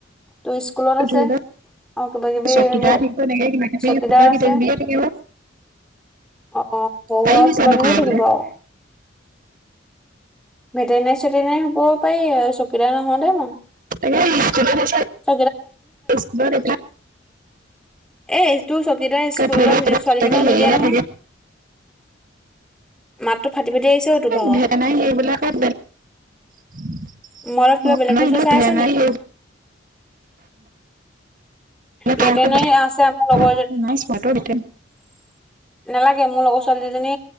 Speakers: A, in the centre; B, on the right.
A: তোৰ স্কুলত
B: ধৰি
A: আছে আৰু
B: লওক
A: কিবা কিবি
B: চকীদাৰ
A: এইবোৰ
B: থাকিব এনেকে কিবা কিবি
A: চকীদাৰ
B: সোপা কিবা
A: আছে
B: কিবিয়ে
A: অ',
B: থাকিব
A: <unintelligible>
B: পাৰিবি জানো
A: কিবা কিবি
B: কৰিবলৈ
A: থাকিব আৰু। ভেটেনাৰী চেটেনাৰী হ'ব পাৰি কেইটা নহওঁ দেই মই
B: তাকে স্কুলত আছে
A: <inaudible>
B: স্কুলত এইবিলাক
A: এটোৰ চকীদাৰ স্কুলত
B: ধৰি লওক
A: ছোৱালী
B: তাকে
A: মানুহক
B: হেৰিহে
A: নিদিয়া নহয়
B: থাকে
A: <inaudible> ফাটি আহিছে অ তোৰ ভাগৰ
B: ভেটেনাৰী হেৰী বিলাকত বেলেগ
A: মোবাইলত কিবা
B: অ'
A: বেলেগ
B: ন
A: বস্তু
B: ইনে
A: চাই
B: ন ভেটেনাৰী
A: আছ নি
B: <inaudible>
A: ভেটেনাৰী আছে আমাৰ লগৰ এজনী নালাগে মোৰ লগৰ ছোৱালী দুজনী